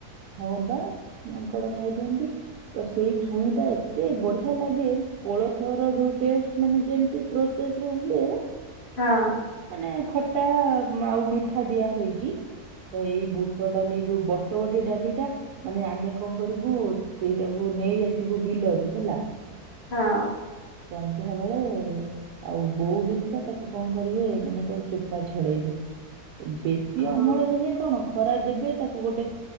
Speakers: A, on the right; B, on the left.
A: ହଁ ବା ମାଙ୍କଡ ଖାଇଦିଅନ୍ତି। ତ ସେଇ ଛୁଇଁ ଟା ଏତେ ବଢିଆ ଲାଗେ କୋଳଥର ଯୋଉ ଟେଷ୍ଟ ମାନେ ଯେମତି ପ୍ରୋସେସ ରେ ହୁଏ।
B: ହଁ।
A: ମାନେ ଖଟା ଆଉ ମିଠା ଦିଆହଇକି ତ ଏଇ ବୁଟ ଡାଲି ଯୋଉ ବଟ ବଟି ଡାଲି ଟା ମାନେ ଆମେ କଣ କରିବୁ ସେଇଟାକୁ ନେଇ ଆସିବୁ ବିଲରୁ ହେଲା।
B: ହଁ।
A: ସନ୍ଧ୍ୟା ବେଳେ ଆଉ ବୋଉ ହେରିକା ତାକୁ କଣ କରିବେ ମାନେ ତୋ ଚୋପା ଛଡେଇବେ। ବେଶୀ
B: ହଁ
A: ଅମଳ ହେଲେ କଣ ଖରା ଦେବେ ତାକୁ ଗୋଟେ